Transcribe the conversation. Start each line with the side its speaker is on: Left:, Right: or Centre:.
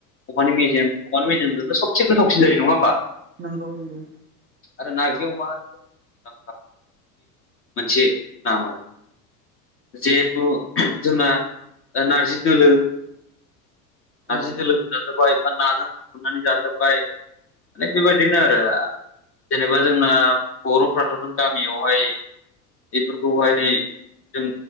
Left: अखानि मेजेम अखानि मेजेजोंबो सबसे गोथावसि जायो नङा होमबा?
Right: नंगौ नंगौ।
Left: आरो नार्जि अमा होनोब्ला मोनसे नाम आरो। जिहेथु जोंना नारजि दोलो नार्जि
Right: औ
Left: दोलोबो जाजाब्बाय बा नाजों फुदुंनानै जाजाब्बाय। ओमफ्राय बेबायदिनो आरो। जेनेबा जोंना बर'फ्राथ' नों गामियावहाय बेफोरखौहाय जों